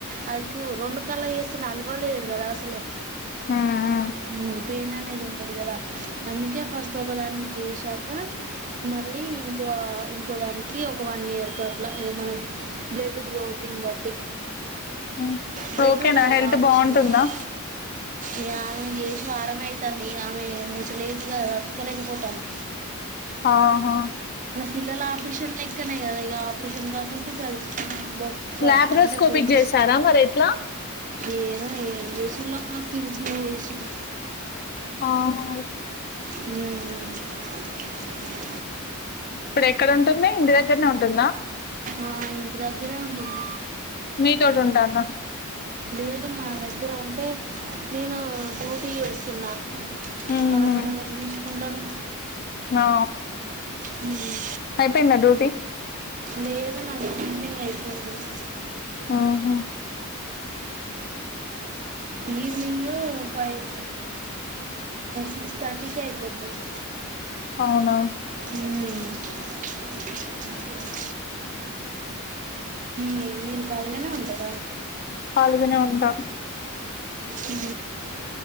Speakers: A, on the right (about 35°); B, on the left (about 45°).
A: అది క్యూ రెండు కాళ్లు చేస్తే నడవలేరు కదా అసలే
B: ఉమ్
A: హ్మ్ పెయిన్ అనేది ఉంటది కదా అందుకే ఫస్ట్ ఒకదాని చేశాక మళ్ళీ ఇంకో అ ఇంకో దానికి ఒక వన్ ఇయర్కి అట్లా ఇక మన బ్లడ్ గ్రోతింగ్ బట్టి
B: ఉమ్ ఇప్పుడు
A: బ్లడ్
B: ఓకేనా
A: ఉండాలిగా
B: హెల్త్
A: ఆపరేషన్
B: బాగుంటుందా
A: చేతే ఈమెకు చేసి వారం అయితాంది ఇగ ఆమె ముసలి ఏజ్ల తట్టుకోలేకపోతంది.
B: ఆహా
A: పిల్లల ఆపరేషన్ లెక్కనే కదా ఇగా ఆపరేషన్ కాకుంటే గది బొక్క
B: లాప్రోస్కోపిక్
A: అంటే బోన్స్
B: చేసారా మరి ఎట్లా
A: ఏమో ఏం చే ఆ కి కిమ్స్ లో చేసిరు
B: ఆహ
A: హ్మ్
B: ఇప్పుడు ఎక్కడ ఉంటుంది, ఇంటి దగ్గరనే ఉంటుందా.
A: ఆ ఇంటి దగ్గరే ఉంటుంది
B: మీ తోటి ఉంటాంద
A: లేదు మా దగ్గర ఉంటే నేను డ్యూటీ చేస్తున్నా
B: ఉహు
A: ఆమెను ఎవరు చసుుకుంటారు
B: ఆ
A: హ్మ్
B: అయిపోయిందా డ్యూటీ
A: లేదు నాకు షిఫ్టింగ్ అయిపోతుంది
B: ఆహ
A: ఈవినింగ్ ఫైవ్ సిక్స్ థర్టీకి అయిపోతాది
B: అవునా
A: హ్మ్ మీ మీరు కాలుగానే ఉంటుర
B: పాల్గనే ఉంటాం <unintelligible>
A: అ